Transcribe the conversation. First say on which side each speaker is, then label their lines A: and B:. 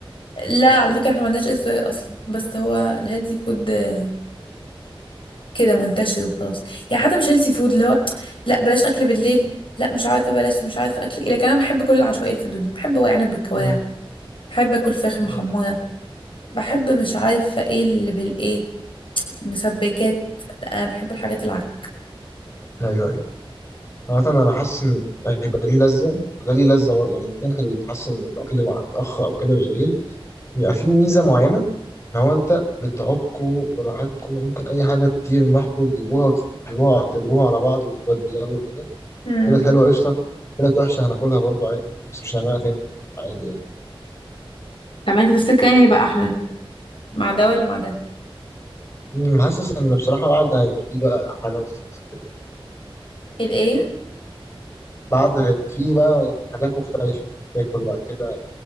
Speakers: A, on the left (about 60°); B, on the left (about 30°).
A: لا على فكرة احنا ما عندناش إصرار أصلا بس هو الهيلثي فود آه، كده منتشر وخلاص يعني حتى مش هيلثي فود اللي هو لأ بلاش أكل بالليل لأ مش عارفة بلاش مش عارفة أكل ايه لكن أنا بحب كل العشوائية اللي في الدنيا بحب ورق عنب بالكواع
B: مم.
A: بحب اكل فراخ محمره
B: أيوة.
A: بحب مش عارفة ايه اللي بالايه مسبكات لا، انا بحب الحاجات العكس
B: ايوه ايوه مثلا انا حاسس ان هيبقى ليه لذه وده ليه لذه برضه يعني الاثنين كانوا حاسس ان الاكل مع الاخ او كده بالليل بيبقى فيه ميزه معينه ان هو انت بتعكوا براحتكوا ممكن اي حاجه تطير معاكوا تجيبوها وتقلبوها تقلبوها على بعض وتودي يلا بينا
A: مم.
B: طلعت حلوه قشطه طلعت وحشه هناكلها برضه عادي يعني بس مش هنعملها تاني عادي يعني
A: طب انت تفتكر اني يبقى احلى مع ده ولا مع ده
B: مم، حاسس ان بصراحه بعد هيبقى دي بقى حاجه مختلفه
A: الايه
B: بعد هيبقى فيه بقى حاجات مختلفه يعني تاكل وبعد كده